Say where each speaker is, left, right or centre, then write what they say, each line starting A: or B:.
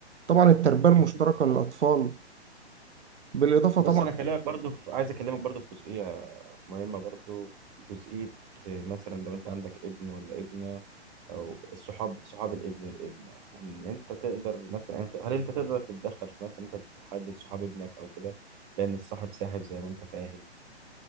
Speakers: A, on the right; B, on the right.
A: طبعا التربية المشتركة
B: اكيد
A: للأطفال بالإضافة
B: بص
A: طبعا
B: انا اكلمك برضو في... عايز اكلمك برضو في جزئيه مهمه برضو جزئيه مثلا لو انت عندك ابن ولا ابنه او الصحاب صحاب الابن والابنه ان انت تقدر مثلا أنت- هل انت تقدر تتدخل في مثلا انت تحدد صحاب ابنك او كده لان الصاحب ساحب زي ما انت فاهم